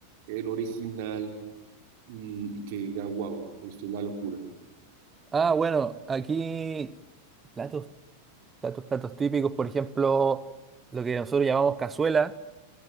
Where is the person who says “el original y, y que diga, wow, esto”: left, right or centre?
Right